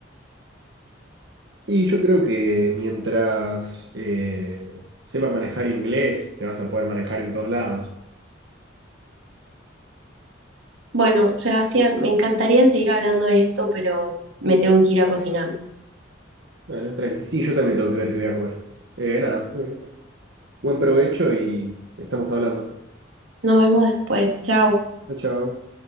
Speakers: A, on the right; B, on the right.
A: Y yo creo que mientras eh, sepas manejar inglés, te vas a poder manejar en todos lados.
B: Bueno, Sebastián, me encantaría seguir hablando de esto, pero me tengo que ir a cocinar.
A: Bueno, tranqui. Sí, yo también tengo que ver qué voy a comer. Eh, nada, eh, buen provecho y estamos hablando.
B: Nos vemos después. Chao.
A: Chao, chao.